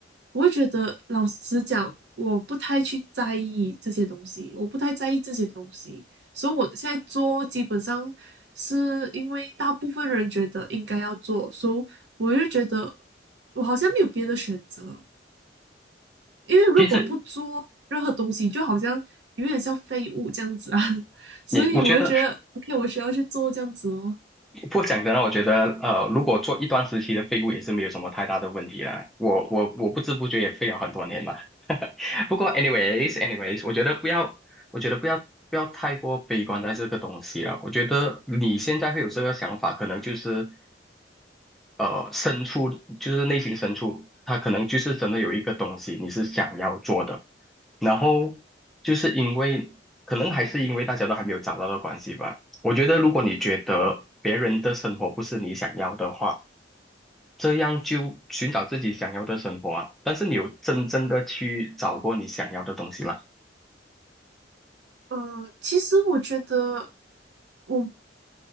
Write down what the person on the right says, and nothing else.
我会觉得，老实讲，我不太去在意这些东西，我不太在意这些东西。所以我现在做基本上是因为大部分人觉得应该要做，所以我就觉得我好像没有别的选择，因为如果不做任何东西，
就好像有点像废物这样子啊，<laughs> 所以我就觉得
OK，我需要去做这样子哦。
嗯、其实我觉得我